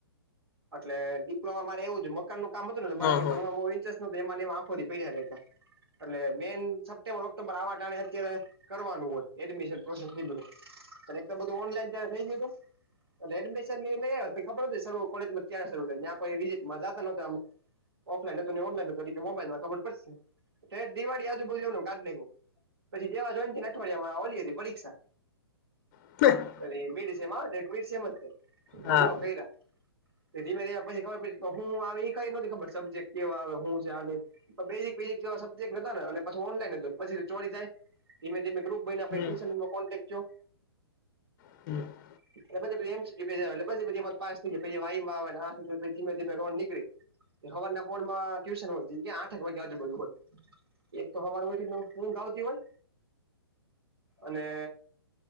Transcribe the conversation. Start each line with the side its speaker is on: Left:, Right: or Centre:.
Right: અટલે ડિપ્લોમા મારે એવું થ્યુ મગ મકાનનું કામ હતું ને એટલે મારે
Left: હા
Right: આગળ
Left: હા
Right: ભણવામાં ઇન્ટરસ્ટ નતો એમાં ને એમાં આખોદી પયડા રેતા એટલે બેન સપ્ટેમ્બર ઓક્ટોબર આવા ટાણે અત્યારે કરવાનું હોય એડમિશન પ્રોસેસ બધું એક બધું ઓનલાઈન થઈ જ એલે એડમિશન ય ખબર શ કોલેજમાં ક્યાં શરૂ થાય્યા વિઝિટમાં જતા નોતા ઓફલાઈન હતું ને ઓનલાઈન હતો ઈ કે મોબાઈલમાં ખબર પડશે ઠેટ દિવાળી આજુ બાજુ એમનામ કાઢ નાયખુ. પછી જેવા જોઈન થ્યાને અઠવાડિયામાં ઓલી હતી પરીક્ષા
Left: <inaudible>
Right: લીમીડ સે એમા ટે <unintelligible> સેમ જ છે
Left: હા
Right: હો લ્યો કઈરા ધીમે ધીમે પસે ખબર પયડી તો હું આવે એ કંઈ નોતી ખબર સબ્જે્ટ કેવા આવે હું છે આ તે બેઝિકબેરિક જેવા સબ્જેક્ટ હતા ને અને પછ ઓનલાઈન પછે ચોરી થાય ધીમે ધીમે ગ્રુપ મહિના
Left: હમ
Right: પહીં ટ્યુશનનો કોન્ટક થ્યો
Left: <inaudible>
Right: એટલે બધે એમ સી ક્યું બેઝ ‌આવે એટલે પછી એમાં પાસ થઈ પછી વાયવા આવે ને ધીમે ધીમે રોન નીકરી હવારના પોરમાં ટ્યુશન હોય જેમકે આઠક વાગ્યા આજુ બાજુ હોય એક તો હવાર ઊયઠીન ઊંઘ ‌આવતી હોય અને